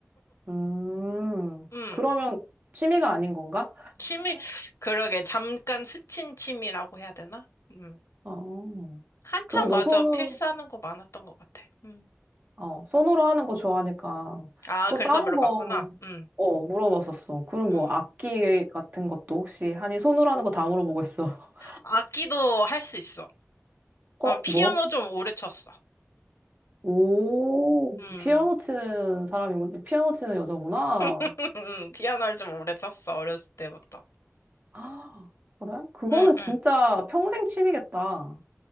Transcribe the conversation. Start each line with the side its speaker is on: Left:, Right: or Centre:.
Right: 음,
Left: 음,
Right: 그러면 취미가 아닌 건가?
Left: 취미, 그러게, 잠깐 스친 취미라고 해야 되나? 음,
Right: 어.
Left: 한창
Right: 그래, 너
Left: 맞아,
Right: 손으로
Left: 필사하는 거 많았던 것 같아. 음.
Right: 어, 손으로 하는 거 좋아하니까
Left: 아,
Right: 또
Left: 그래서
Right: 다른
Left: 물어봤구나.
Right: 거
Left: 음.
Right: 어, 물어봤었어. 그럼
Left: 음.
Right: 뭐 악기 같은 것도 혹시 하니 손으로 하는 거 다 물어보고 있어. <laughs>
Left: 악기도 할 수 있어.
Right: 어,
Left: 난 피아노
Right: 뭐?
Left: 좀 오래 쳤어.
Right: 오,
Left: 음,
Right: 피아노 치는 사람이고 피아노 치는 여자구나.
Left: <laughs> 음, 피아노를 좀 오래 쳤어, 어렸을 때부터.
Right: <gasps> 아, 그래? 그거는
Left: 응,
Right: 진짜
Left: 응.
Right: 평생 취미겠다.